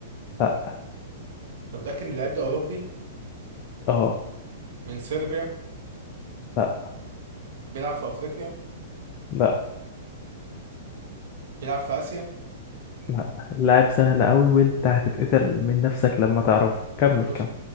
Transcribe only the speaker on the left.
لا
اه
لا
لا
لا لاعب سهل قوي وانت هتتقتل من نفسك لما تعرفه كمل
كمل